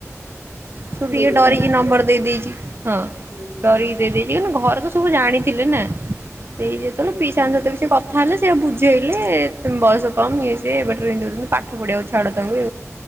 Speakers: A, on the right; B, on the right.
A: ସେଠୁ
B: ଦେଇଦେଲା
A: ଡରିକି
B: ଇଏ
A: ନମ୍ବର
B: ପୁଅ
A: ଦେଇ ଦେଇିଛି ହଁ
B: ହୁଁ
A: ଡରିକି ଦେଇ ଦେଇ ଇଏନୁ ଘରେ ତ ସବୁ ଜାଣିଥିଲେ ନା ଦେଇ ଯେତେବେଳେ
B: ହୁଁ
A: ପିଇସାଙ୍କ ସହିତବି ସେ କ କଥାହେଲେ ସେଏ ବୁଝେଇଲେ ବୟସ କମ ଇଏ ସିଏ ଏବେଠରୁ ଏମିତି ଦହେଉଛନ୍ତି ପାଠ ପଢିବାକୁ ଛାଡ଼ ତାଙ୍କୁ